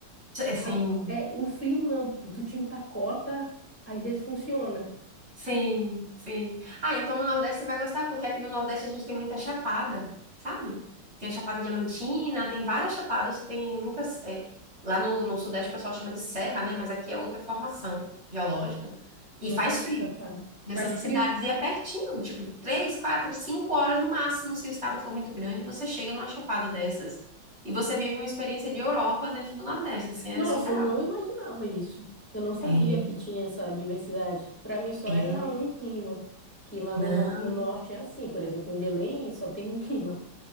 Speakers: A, on the right (about 30°); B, in the centre.
A: é sim,
B: Ago- É, o frio não, tu te empacota, às vezes funciona.
A: sim, sim. Ah, então no Nordeste você vai gostar, porque aqui no Nordeste a gente tem muita chapada, sabe? Tem a Chapada Diamantina, tem várias chapadas, tem muitas. é, lá no, no Sudeste o pessoal chama de serra, né? Mas aqui é outra formação geológica.
B: Nossa,
A: E faz frio
B: rapaz,
A: nessas
B: faz
A: cidades,
B: frio?
A: e é pertinho, tipo, três, quatro, cinco horas no máximo, se o estado for muito grande, você chega numa chapada dessas e você vive uma experiência de Europa dentro do Nordeste, assim, é
B: Nossa,
A: surreal.
B: eu não imaginava isso. Eu não sabia
A: É,
B: que tinha essa diversidade. Para mim só
A: é.
B: era um clima, que lá
A: Não.
B: no, no- no norte é assim. Por exemplo, em Belém só tem um <laughs> clima.